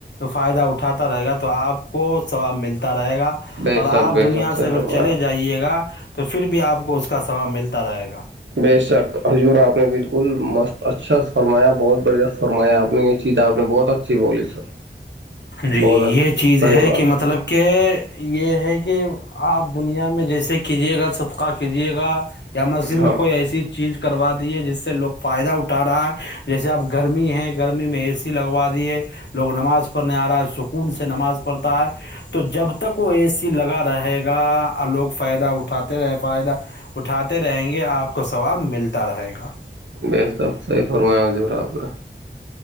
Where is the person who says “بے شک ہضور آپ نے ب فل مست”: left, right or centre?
Right